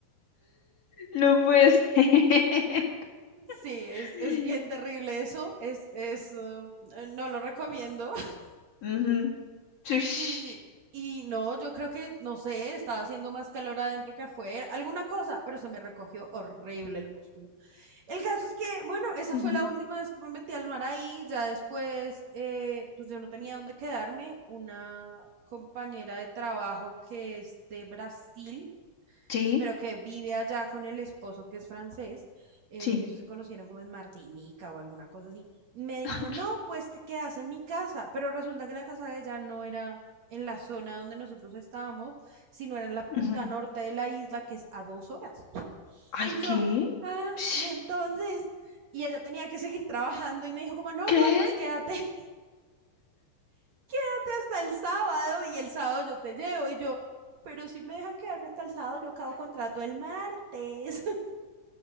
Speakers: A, on the left; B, on the right.
A: no puede ser.
B: Sí,
A: <laughs>
B: es, es bien terrible eso. Es, es, uh, no lo recomiendo. <laughs>
A: Ujú. Tush.
B: Y, y no, yo creo que, no sé, estaba haciendo más calor adentro que afuera, alguna cosa, pero se me recogió horrible el músculo. El caso es que, bueno, esa
A: Ujú.
B: fue la última vez que me metí al mar ahí. Ya después, eh, pues yo no tenía dónde quedarme. Una compañera de trabajo que es de Brasil,
A: Sí,
B: pero que vive allá con el esposo que es francés. eh,
A: sí.
B: ellos se conocieron como en Martinica o alguna cosa así. Me dijo,
A: <laughs> Ok.
B: no, pues te quedas en mi casa. Pero resulta que la casa de ella no era en la zona donde nosotros estábamos, sino era en la punta
A: Ujú.
B: norte de la isla, que es a dos horas.
A: Ay,
B: Y yo,
A: ¿qué?
B: ah,
A: Sh,
B: y entonces, y ella tenía que seguir trabajando y me dijo como, no,
A: ¿Qué?
B: no, pues quédate <laughs> hasta el sábado y el sábado yo te llevo y yo, pero si me dejan quedarme hasta el sábado, yo acabo contrato el martes. <laughs>